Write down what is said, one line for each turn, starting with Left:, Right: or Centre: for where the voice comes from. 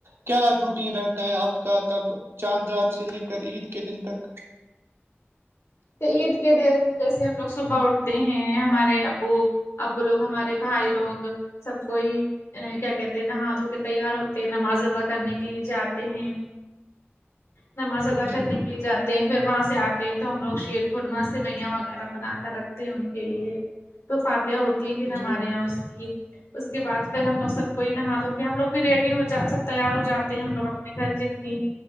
Right: کیا روٹین رہتا ہے آپ کا تب چاند رات سے لے کر عید کے دن تک
Left: تو عید کے دن جیسے ہم لوگ صبح اٹھتے ہیں ہمارے ابو اب لوگ ہمارے بھائی لوگ سب کوئی کیا کہتے ہیں نہا دھ کے تیار ہوتے ہیں نماز ادا کرنے کے لیے جاتے ہیں نماز ادا
Right: جی
Left: کرنے کے لیے جاتے ہیں پھر وہاں سے آتے ہیں تو ہم لوگ شیر خورما سے میاں وغیرہ بنا کر رکھتے ہیں ان کے لیے تو فاتح ہو تی پھر ہمارے
Right: جی
Left: یہاں اس کی اس کے بعد پھر ہم لوگ سب کوئی نہا دھو کے ہم لوگ بھی ریڈی ہو جا سب تیار ہو جاتے ہیں ہم لوگ اپنے گھر جتنی